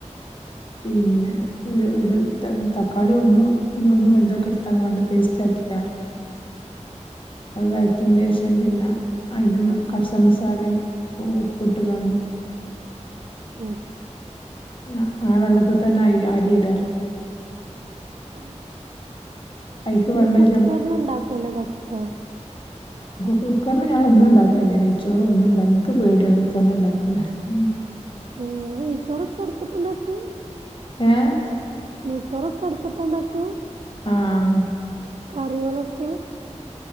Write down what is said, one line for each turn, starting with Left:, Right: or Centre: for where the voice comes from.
Left: പിന്നെ ഒ ഒരു ത തക്കാളി ഒന്നും ഒന്ന് ഒന്നും വൽതാക്കി എടുത്താൻ വാണ്ടി പേസ്റ്റാക്കി <unintelligible> അത് വയറ്റീന്റെ ശേഷം പിന്നെ അയ്ൻ്റെ കപ്സ മസാലേം ഓ ഉപ്പ്ട്ട് കാണ്ട്
Right: ഓഹ്
Left: ആ ആ വെള്ളത്തിൽ തന്നെ അരി അരിടാ
Right: <unintelligible>
Left: അതിക്ക്
Right: അല്ല
Left: വെള്ളം
Right: കുക്കറിലു ഉണ്ടാക്കുല്ലെ കപ്സ
Left: കുക്കറിൽ ഞാൻ ഒന്നു ഉണ്ടാക്കല് ല്ല നെയ്യ്ച്ചോറും ഒന്നുണ്ട ഇന്ക്ക് പേടിയാണ് കുക്കറിൽ ഉണ്ടാക്കണ്ട ഉം
Right: ഓഹ് നെയ്ചോറെക്കെ അടുപ്പത്തുണ്ടാക്ക?
Left: ഏഹ്
Right: നെയ്ചോറൊക്കെ അടുപ്പത്താണ്ടാക്ക?
Left: ആഹ്
Right: കറികളൊക്കെ